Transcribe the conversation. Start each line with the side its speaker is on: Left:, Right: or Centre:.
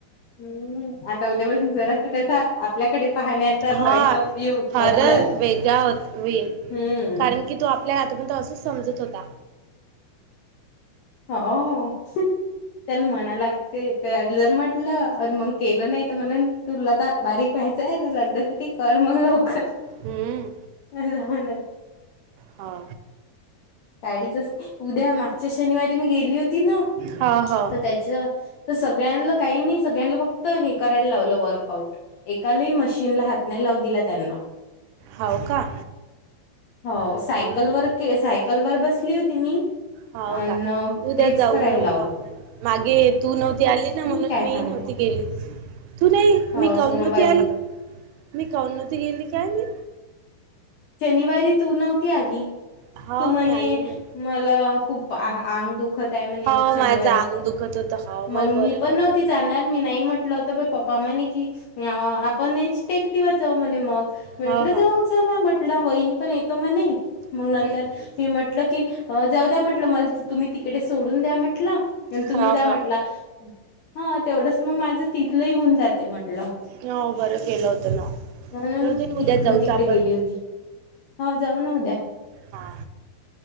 Left: हम्म आता उद्यापासून जरा अस आपल्याकडे पाहण्याचा पॉइंट
Right: हा
Left: ऑफ व्ह्यू
Right: खरंच
Left: बदलल
Right: वेगळा होत होईल
Left: हम्म.
Right: कारण की तो आपल्याला आतापर्यंत असंच समजत होता.
Left: अ. हो त्याला म्हणाय लागते त्या जर म्हटलं मग केलं नाही तर म्हणून तुरल तर बारीक व्हायचंय लग्ना साठी कर मग लवकर.
Right: हम्म.
Left: अदा म्हण <unintelligible>
Right: हा.
Left: गाडीच उद्या मागच्या शनिवारी मी गेली मी होती न
Right: हो हो
Left: त त्याच त सगळ्यां काही नाही सळ्यांन बघ फक्त हे करायला लावलं वर्कआउट एकालाही मशीनला हात नाही लाव दिला त्यांना
Right: होव? का
Left: हो
Right: हम्म.
Left: सायकलवर के सायकल वर बसली होती मी.
Right: हो
Left: अ
Right: का
Left: न
Right: उद्या
Left: तेच
Right: जाऊ
Left: करायला
Right: ना मग
Left: लावल.
Right: आपण मागे तू नव्हती आली ना म्हणून
Left: काय
Right: मीही
Left: सांगते
Right: नव्हती गेली. तू नाही
Left: हो
Right: मी काऊनती
Left: सोमवारी.
Right: आली मी काउनती गेली काय मी
Left: शनिवारी तू नव्हती आली
Right: हा
Left: तू म्हणे
Right: मी आली ना
Left: मला खूप आ अंग दुक दुखत आहे म्हणे
Right: हा
Left: शनिवारी
Right: माझं अंग दुखत होतं हा मला
Left: मग
Right: बरं
Left: मी पण
Right: नव्हतं
Left: नव्हती जाणार मी नाही म्हटलं होत. त पप्पा म्हणे की अ आपण हे टेकटवर जाऊ म्हणे मग वेटलं
Right: हा हा
Left: जाऊत. चला म्हटलं वहिनी पण येतो म्हणे मंग
Right: हम्म
Left: नंतर
Right: हम्म
Left: मी म्हट म्हट की जाऊ द्या म्हटलं मला तुम्ही तिकडे सोडून द्या म्हटलं आणि तुम्ही
Right: हा
Left: जा
Right: हा
Left: म्हटला हा तेवढंच मग माझं तिथलंही होऊन जाते म्हटलं.
Right: हो बरं केलं होतं ना
Left: म्हणून
Right: जाऊ त
Left: मी
Right: उद्या
Left: तिकडून
Right: जाऊच
Left: तिकडे
Right: आपण.
Left: गेली होती हो जाऊ न उद्या
Right: हा